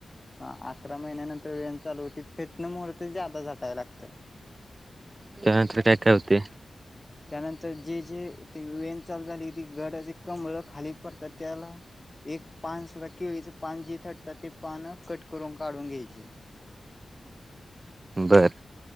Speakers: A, on the left (about 25°); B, on the right (about 40°).
A: हा अकरा महिन्यानंतर व्यायाम चालू होती तेथन मुहर्त जा्यादा झटायला लागत.
B: त्यानंतर काय काय होते?
A: त्यानंतर जे जे वेन चालू झाली ती गडचे कमळ खाली पडतात त्याला एक पान सुद्धा केळीच पान जे थटतात ते पान कट करून काढून घ्यायचे.
B: बरं